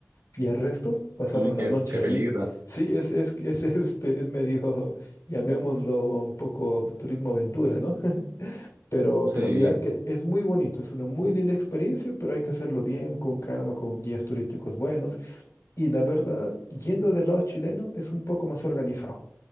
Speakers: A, on the left (about 80°); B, on the right (about 85°).
A: Y el resto pasaron
B: Uy, qué,
A: la noche
B: qué
A: ahí.
B: peligro.
A: Sí, es, es, es, <laughs> es, es medio, llamémoslo un poco turismo aventura, ¿no? Pero,
B: Sí.
A: pero mira que es muy bonito, es una muy linda experiencia, pero hay que hacerlo bien, con calma, con guías turísticos buenos. Y la verdad, yendo del lado chileno, es un poco más organizado,